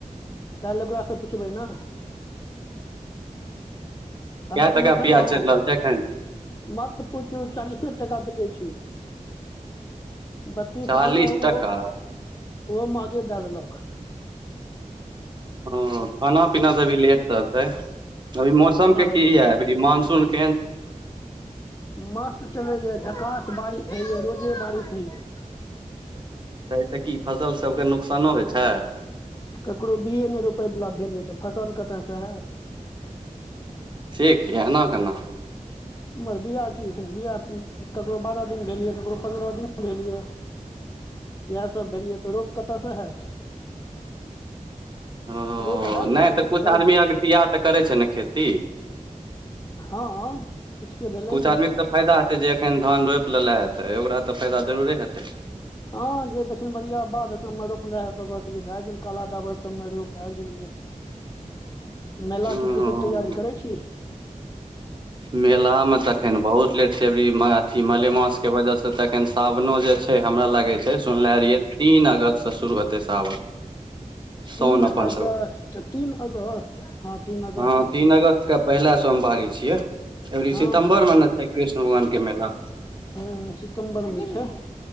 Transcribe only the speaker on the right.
कै
टका
पियाज चलि रहल छै एखन
चालीस
टका
ह खाना पीना तऽ अभी लेट रहतय अभी मौसम के
की है अभी मानसून के
तऽ एहिसे की फसल सबके नुकसानो होइ छैय?
से किय एना केना।
ओ
ने
त कुछ
आदमी अगतिया त करै छैय ने खेती।
किछु आदमीके तऽ फायदा हेतै जे एखन धान रोपि लेले हेतै ओकरा तऽ फायदा जरूरे हेतै।
ओ
मेला मे तऽ अखन बहुत लेट छैय एबरी अथि मलेमास के वजह से तखन सावनो जे छैय हमरा लगे छैय सुनले रहियै तीन अगस्त से शुरू हेतै सावन। साउन
अपन
सबके
हँ तीन अगस्त के पहिला सोमवारी छियै एबरी
सितम्बर
में ना छैय ने कृष्ण भगवान के मेला।